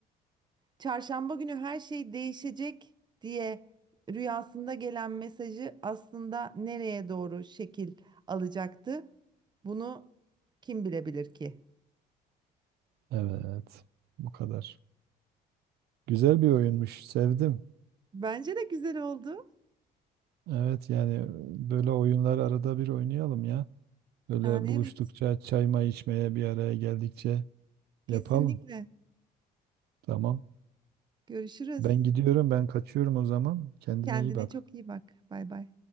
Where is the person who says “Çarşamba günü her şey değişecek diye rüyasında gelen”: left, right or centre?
Right